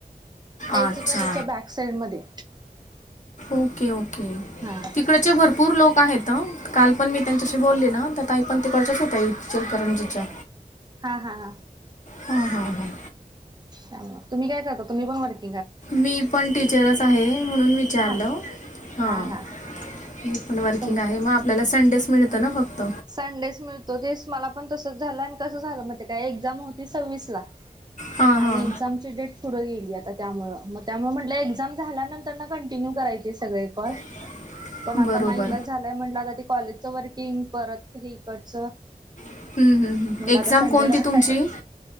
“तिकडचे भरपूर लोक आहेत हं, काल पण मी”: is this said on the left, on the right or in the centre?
Left